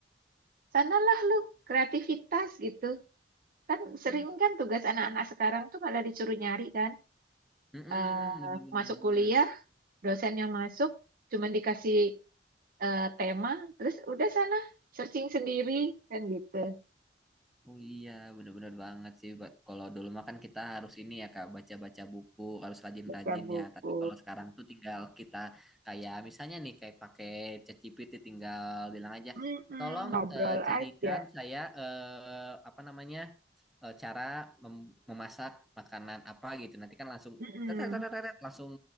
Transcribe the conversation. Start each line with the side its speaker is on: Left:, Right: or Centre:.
Right: sanalah lu kreativitas gitu. Kan
Centre: mm-mm.
Right: sering kan tugas anak-anak sekarang tuh malah disuruh nyari kan
Centre: Mm-mm,
Right: eh,
Centre: bener-bener
Right: masuk
Centre: banget.
Right: kuliah dosennya masuk cuman dikasih eh, tema terus udah sana searching sendiri kan gitu
Centre: Oh iya, bener-bener banget sih. Ba- Kalau dulu mah kan kita harus ini ya Kak, baca-baca buku, harus rajin-rajin
Right: baca buku
Centre: ya. Tapi kalau sekarang tuh tinggal kita kayak misalnya nih kayak pakai ChatGPT tinggal bilang aja,
Right: Mm-mm,
Centre: tolong
Right: ngobrol
Centre: eh, carikan
Right: aja
Centre: saya eh, apa namanya eh, cara mem- memasak makanan apa gitu. Nanti kan langsung
Right: Mm-mm.
Centre: tet- tet- tet- tet- tet, langsung